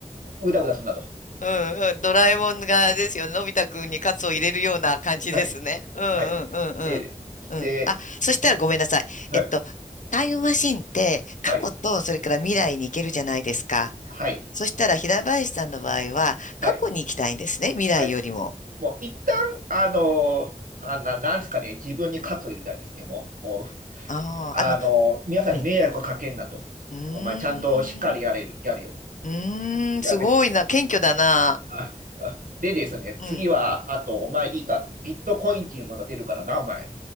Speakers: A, on the right; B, on the left.
A: うだうだすんなと。
B: うんうん。ドラえもんがですよ。のび太くんにカツを入れるような感じですね。
A: はい、
B: うんうんうんうん。
A: はい。で、
B: うん。
A: で、
B: あ、そしたらごめんなさい。
A: はい、
B: えっと、タイムマシンって過去とそれから未来に行けるじゃないですか。
A: はい、はい、
B: そしたら平林さんの場合は過去に行きたいんですね。
A: はい、
B: 未来よりも。
A: はい。もう一旦、あの、あ、な、なんですかね、自分に喝を入れたいですね、もう、もう、
B: ああ、
A: あの、
B: あの、
A: 皆さんに迷惑をかけんなと。
B: うん。うーん。
A: お前、ちゃんとしっかりやれる、やれよと。
B: うーん。
A: やべ、
B: すごいな。謙虚だな。
A: あ、あでですね、
B: うん。
A: 次は、あと、お前いいか、ビットコインっていうものが出るからな、お前。